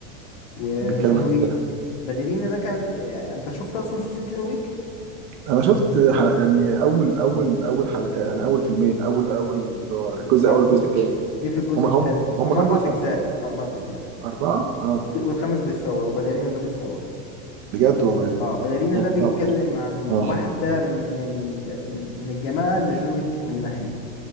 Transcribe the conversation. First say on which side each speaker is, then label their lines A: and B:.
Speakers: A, on the left; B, on the right.
A: وجون
B: بيتكلم عن
A: ويك
B: ده
A: باليرينا ده كانت يعني انت شفت اصلا سلسلة جون ويك
B: انا شفت حلقة يعني اول اول اول حلقه يعني اول فيلمين اول اول اللي هو الجزء
A: ما
B: الاول
A: هو دي
B: والجزء الثاني
A: دي في الجزء
B: هم هم
A: التالت بقى
B: هم
A: هم
B: كام
A: اربع
B: جزء
A: اجزاء
B: اصلا
A: اربع اجزاء
B: اربعه اه
A: وفي- والخامس بيتصور وباليرينا ده بيتصور
B: بجد والله
A: اه باليرينا
B: هم
A: ده بيتكلم
B: كام؟
A: عن
B: اه
A: واحدة من ال... من من الجماعة اللي جون ويك منها يعني